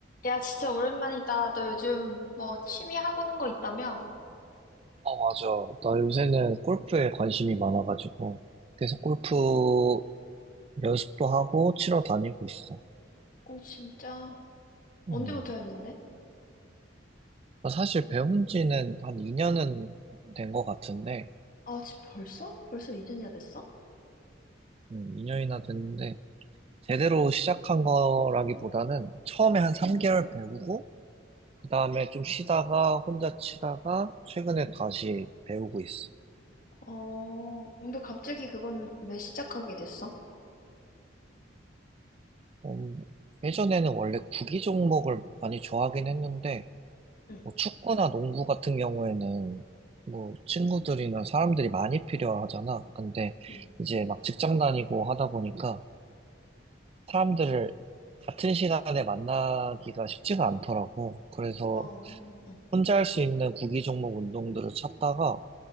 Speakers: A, on the left; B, on the right.
A: 야, 진짜 오랜만이다. 너 요즘 뭐 취미 하고 있는 거 있다며?
B: 아, 맞아. 나 요새는 골프에 관심이 많아가지고 계속 골프 연습도 하고 치러 다니고 있어.
A: 어, 진짜. 언제부터
B: 음.
A: 했는데?
B: 나 사실 배운 지는 한 2년은 된 것 같은데,
A: 아, 지 벌써? 벌써 2년이나 됐어?
B: 음, 2년이나 됐는데, 제대로 시작한 거라기보다는 처음에 한 3개월 배우고, 그 다음에 좀 쉬다가 혼자 치다가 최근에 다시 배우고 있어.
A: 어, 근데 갑자기 그건 왜 시작하게 됐어?
B: 음, 예전에는 원래 구기 종목을 많이 좋아하긴 했는데,
A: 응,
B: 뭐 축구나 농구 같은 경우에는 뭐 친구들이나 사람들이 많이 필요하잖아. 근데
A: 응,
B: 이제 막 직장 다니고 하다 보니까 사람들을 같은 시간에 만나기가 쉽지가 않더라고. 그래서
A: 어, 응,
B: 혼자 할 수 있는 구기 종목 운동들을 찾다가